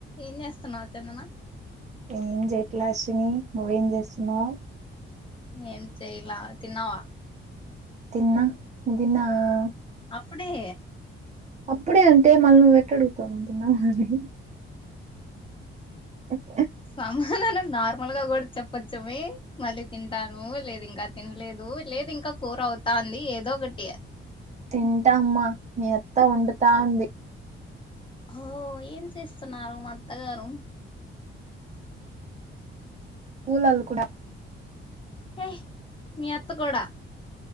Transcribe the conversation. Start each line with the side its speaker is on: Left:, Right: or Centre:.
Left: ఏం చేస్తున్నావు చందనా
Right: ఏం చేయట్లా అశ్విని నువ్వేం చేస్తున్నావ్
Left: ఏం చేయలా తిన్నావా
Right: తిన్నా నువ్వు తిన్నావా
Left: అప్పుడే.
Right: అప్పుడే అంటే మళ్ళ నువ్వు ఎట్టడుగుతావు తిన్నావా అని అ
Left: సమాధానం నార్మల్గా కూడా చెప్పచ్చుమి మళ్ళీ తింటాను లేదు ఇంకా తినలే లేదు లేదు ఇంకా కూర అవుతాంది ఏదో ఒకటి
Right: తింటామ్మా మీ అత్త వండుతా ఉంది
Left: ఓ ఏం చేస్తున్నారు మా అత్తగారు
Right: పూలు అల్లు కూడా
Left: హే మీ అత్తకూడా